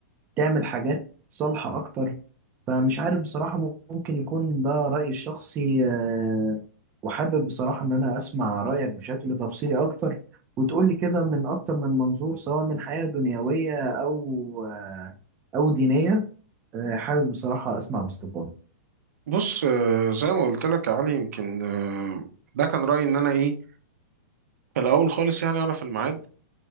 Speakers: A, on the right (about 20°); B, on the right (about 70°).
A: تعمل حاجات صالحة اكتر فمش عارف بصراحة ممكن يكون ده رأيي الشخصي آه، وحابب بصراحة ان انا اسمع رأيك بشكل تفصيلي اكتر وتقول لي كده من أكتر من منظور سواء من حياة دنيوية أو آه، أو دينية آه، حابب بصراحة أسمع باستفاضة
B: بص آه، زي ما قلت لك يا علي يمكن آه، ده كان رايي ان انا ايه فالأول خالص يعني أعرف الميعاد